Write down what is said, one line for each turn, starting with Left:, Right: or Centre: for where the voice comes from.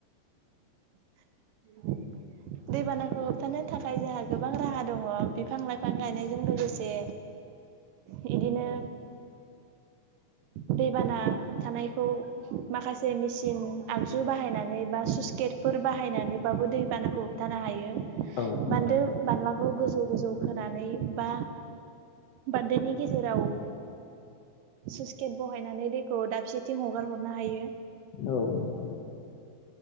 Right: <inaudible> दैबानाखौ होबथानो थाखाय जोंहा गोबां राहा दङ बिफां लाइफां गायनायजों लोगोसे
Left: <inaudible>
Right: बिदिनो दैबाना होबथानायखौ माखासे मिसिन आगजु बाहायनानै बा स्लुइस गेट फोर बाहायनानैबाबो दै बानाखौ हथानो हायो
Left: औ नोंथां
Right: बान्दो बालाफोर खौ गोजौ गोजौ होनानै बा बान्दोनि गेजेराव स्लुइस गेट बहायनानै दैखौ दाबसेथिं हगार हरनो हायो।
Left: औ